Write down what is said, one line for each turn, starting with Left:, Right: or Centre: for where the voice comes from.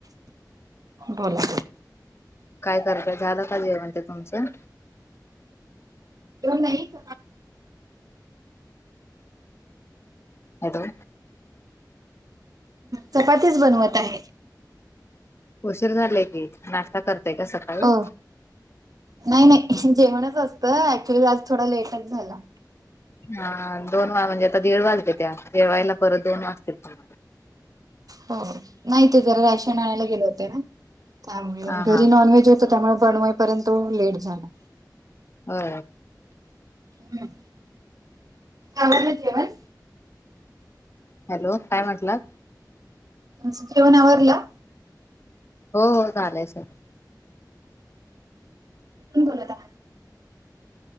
Right: बोला
Left: काय कररायत झालं का जेवणते तुमचं
Right: नाहीठ
Left: हताो
Right: चपातीच बनवत आहे
Left: उशीर झालाय की नाश्ता करतय का सकाळी
Right: हो नाही नाही जेवणच असतं ऍक्च्युली आज थोडा लेटच झाला
Left: हा दोन वा म्हणजे आता दीड वाजले त्या दिडवायला परत दोन वाजतील
Right: हो नाही ते जरा राशन आणायला गेले होते ना त्यामुळे
Left: हा
Right: घरी
Left: हा
Right: नॉनव्हेज होत त्यामुळे बनवाईपर्यंत लेट झाला
Left: हो
Right: हम् कामची म
Left: हॅलो काय म्हटलं
Right: तुमचं जेवण आवरला
Left: हो हो चालंयच
Right: ण बोलतता